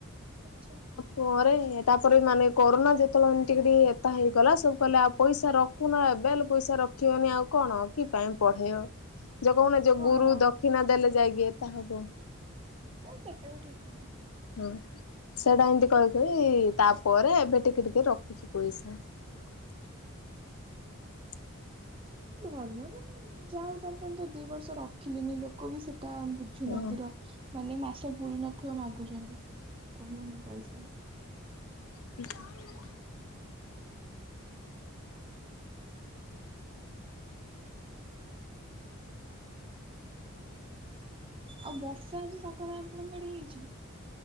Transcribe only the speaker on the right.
ଆଛା।
ହଁ
ଏ ସେଟ ବି ଠିକ କଥା।
ଭଲ ମାନେ ଯା ହୋ ତାଙ୍କୁ ତ ଦି ବର୍ଷ ରଖିଲେନି ଲୋକ ବି ସେଟା ଙ୍କୁ ପଝୁନାହାନ୍ତିର
ମାନେ ମାସ ପୁରି ନଥିବ ମାଗୁଚନ୍ତି କଣ ମାନେ ପଇସା।
ଆଉ ବର୍ଷା ଆଜି ସଖାଳେ ଆପଣଙ୍କ ଆଡେ ହେଇଛି?